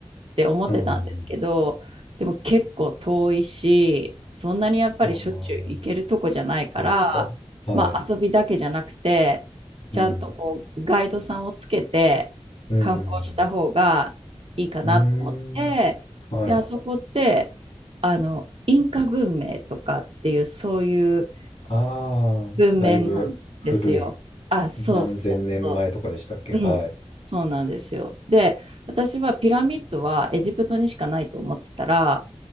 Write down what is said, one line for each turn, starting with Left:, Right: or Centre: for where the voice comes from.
Right: て思ってたんですけど、
Left: うん。
Right: でも結構遠いし、そんなにやっぱりしょっちゅう行けるとこじゃないから、
Left: ああ、そうか。はい。
Right: まあ、遊びだけじゃなくて、ちゃんとこうガイドさんをつけて
Left: うん。うん。
Right: 観光した方がいいかなと思って、
Left: うーん。はい。
Right: で、あそこって、あの、インカ文明とかっていうそういう
Left: ああ、
Right: 文面なんですよ。
Left: だいぶ古い、
Right: あ、そうそうそ
Left: 何千年前とかでしたっけはい。
Right: う。うん。そうなんですよ。で、私はピラミッドはエジプトにしかないと思ってたら、